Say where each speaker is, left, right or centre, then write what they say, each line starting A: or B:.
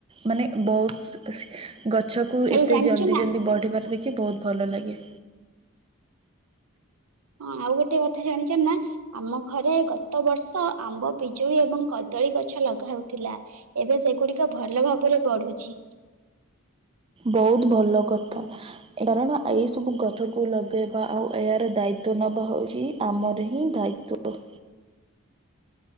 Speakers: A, on the right; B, on the right.
A: ମାନେ ବହୁତ, ଗଛକୁ
B: ଏଇ
A: ଏତେ
B: ଜାଣିଛ
A: ଜଲ୍ଦି
B: ନା
A: ଜଲ୍ଦି ବଢ଼ିବାରେ ଦେଖି ବହୁତ ଭଲ ଲାଗେ।
B: ହଁ ଆଉ ଗୋଟେ କଥା ଜାଣିଛ ନା। ଆମ ଘରେ ଗତ ବର୍ଷ ଆମ୍ବ ପିଜୁଳି ଏବଂ କଦଳୀ ଗଛ ଲଗା ହେଉଥିଲା। ଏବେ ସେଗୁଡିକ ଭଲ ଭାବରେ ବଢୁଛି।
A: ବହୁତ ଭଲ କଥା। କାରଣ ଏଇ ସବୁ ଗଛକୁ ଲଗେଇବା ଆଉ ଏହାର ଦାୟିତ୍ଵ ନବା ହୋଉଚି ଆମର ହିଁ ଦାୟିତ୍ୱ।